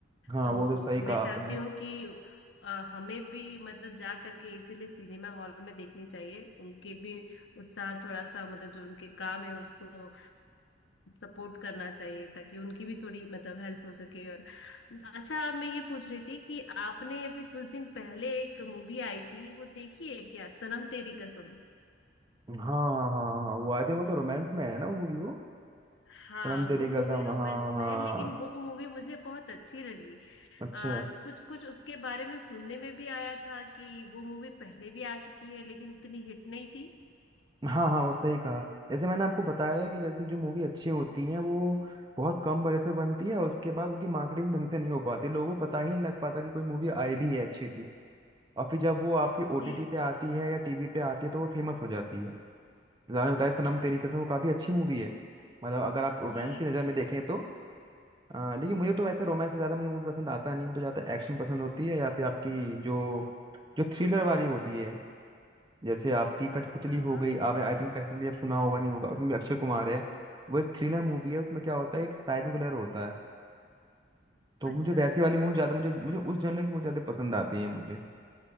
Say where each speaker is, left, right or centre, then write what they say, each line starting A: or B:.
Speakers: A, on the right; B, on the left.
A: हाँ
B: तो
A: वो तो सही
B: मैं
A: कहा
B: चाहती
A: आपने
B: हूँ कि अ, हमें भी मतलब जा करके इसीलिए सिनेमा हॉल में देखनी चाहिए उनके भी उत्साह थोड़ा सा मतलब जो उनके काम है उसको सपोर्ट करना चाहिए ताकि उनकी भी थोड़ी मतलब हेल्प हो सके और अच्छा मैं ये पूछ रही थी कि आपने अभी कुछ दिन पहले एक मूवी आई थी वो देखी है क्या सनम तेरी कसम
A: हाँ हाँ हाँ हाँ, वो आई थिंक वो तो रोमांस में है ना वो मूवी वो
B: हाँ
A: सनम तेरी
B: वो मूवी
A: कसम
B: रोमांस
A: हाँ हाँ
B: में है लेकिन वो मूवी मुझे बहुत अच्छी लगी
A: अच्छा
B: आ, कुछ कुछ उसके बारे में सुनने में भी आया था कि वो मूवी पहले भी आ चुकी है लेकिन उतनी हिट नहीं थी
A: हाँ हाँ वो सही कहा जैसे मैंने आपको बताया था कि जैसे जो मूवी अच्छी होती हैं वो बहुत कम बजट पे बनती है और उसके बाद उनकी मार्केटिंग ढंग से नहीं हो पाती लोगों को पता ही नहीं लग पाता कि कोई मूवी आई भी है अच्छी थी और फिर जब वो आपकी
B: जी
A: ओटीटी पे आती है या टीवी पे आती है तो वो फेमस हो जाती है मैंने बताया सनम तेरी कसम वो काफी अच्छी मूवी है मतलब अगर आप रोमांस
B: जी
A: की नज़र में देखें तो आ, लेकिन मुझे तो वैसे रोमांस से ज़्यादा मुझे मूवी पसंद आता नहीं मुझे ज़्यादा एक्शन पसंद होती है या फिर आपकी जो जो थ्रिलर वाली होती है जैसे आपकी कठपुतली
B: हाँ
A: हो
B: हाँ
A: गई आप आई थिंक कठपुतली आप सुना होगा नहीं होगा उसमें भी अक्षय कुमार है वो एक थ्रिलर मूवी है उसमें क्या होता है एक साइको किलर होता है तो
B: अच्छा
A: मुझे वैसी वाली मूवी ज़्यादा मुझे मुझे उस जनर की मुझे ज़्यादा पसंद आती है मुझे